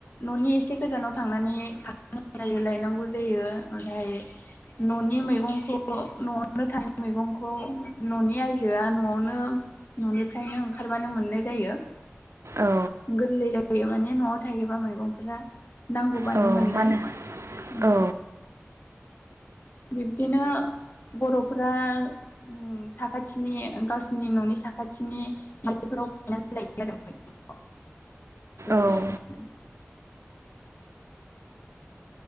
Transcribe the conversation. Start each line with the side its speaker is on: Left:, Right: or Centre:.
Left: न'नि एसे गोजानाव थांनानै खाहैनांगौ। जायो लायनांगौ जायो ओमफ्राय न'नि मैगंखौ न' न'आवनो थानाय मैगंखौ न'नि आइजोआ न'आवनो <unintelligible> न'निफ्रायनो ओंखारबानो मोननाय जायो।
Right: औ।
Left: गोरलै जायो माने न'आव थायोबा मैगंफोरा नांगौबानो
Right: औ
Left: मोननाय
Right: मानो
Left: उम।
Right: औ
Left: बिब्दिनो बर'फ्रा उम साखाथिनि गावसिनि न'नि साखाथिनि बारिफोराव गायनानै लायो आरो मैगंखौ। <unintelligible>
Right: औ
Left: <inaudible>